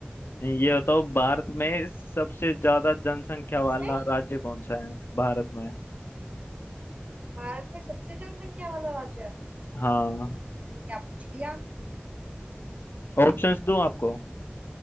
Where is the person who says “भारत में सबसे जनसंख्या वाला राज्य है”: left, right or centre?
Right